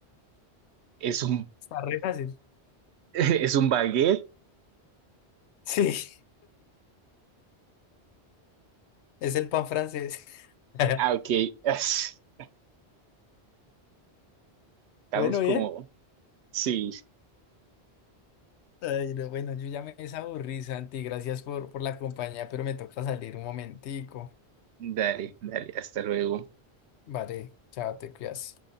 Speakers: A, on the right; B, on the left.
A: ¿es un,
B: Está re fácil.
A: <laughs> es un baguette?
B: Sí, es el pan francés. <laughs>
A: Ah, ok. <laughs> Estamos
B: Bueno, bien.
A: como... Sí,
B: Ay, no, bueno, yo ya me desaburrí, Santi. Gracias por, por la compañía, pero me toca salir un momentico.
A: dale, dale, hasta luego.
B: Vale, chao, te cuidas.